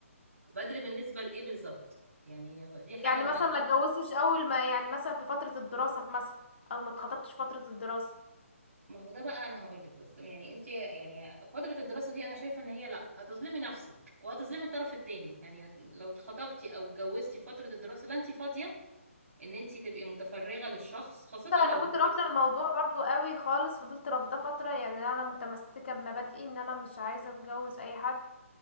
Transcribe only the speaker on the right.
بدري بالنسبة لايه بالظبط؟ يعني دي حاجة
ما
انا
ما هو ده بقى انا هقولك بس يعني انت يعني فترة الدراسة دي انا شايفة ان هي لا هتظلمي نفسك وهتظلمي الطرف التاني يعني هت- لو اتخطبتي او اتجوزتي في فترة الدراسة لا انت فاضية ان انت تبقي متفرغة للشخص خاصة
لو
اتجوزتي